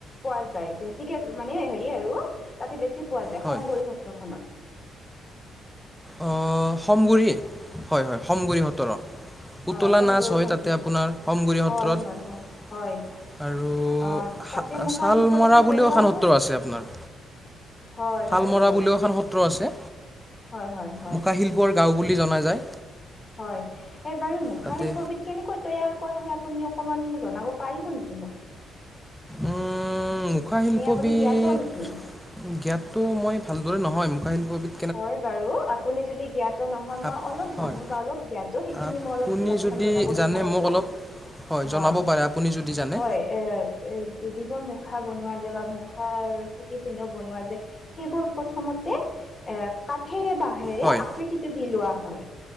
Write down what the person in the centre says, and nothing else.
হয়
অহ সমগুৰি, হয় হয় সমগুৰি সত্ৰৰ অ। পুতলা
নাচ হয়
তাতে আপোনাৰ সমগুৰি সত্ৰত।
আৰু
ছাল
মৰা
বুলিও এখন
সত্ৰ আছে আপোনাৰ।
শালমৰা
বুলিও সত্ৰ আছে।
মুখা শিল্পৰ গাঁও বুলি জনা যায়।
তাতে
উম মুখা
শিল্পবিধ,
জ্ঞাতটো মই ভালদৰে নহয়, মূখাশিল্পবিত
আপ-
হয়
আপুনি
যদি
জানে
মোক অলপ, হয়
জনাব পাৰে আপুনি যদি জানে?
হয়